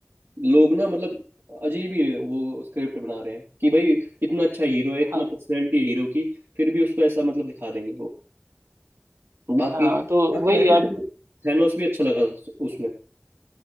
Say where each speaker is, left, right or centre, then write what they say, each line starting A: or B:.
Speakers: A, on the right; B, on the right.
A: लोग ना मतलब अजीब ही वो स्क्रिप्ट बना रहे हैं कि भाई इतना अच्छा हीरो है इतना
B: हाँ
A: पर्सनैलिटी है हीरो की फिर भी उसको ऐसा मतलब दिखा देंगे वो बाकी
B: हाँ तो
A: बाकी
B: वही
A: भाई मेरे
B: अब
A: को थैनोस भी अच्छा लगा उस- उसमें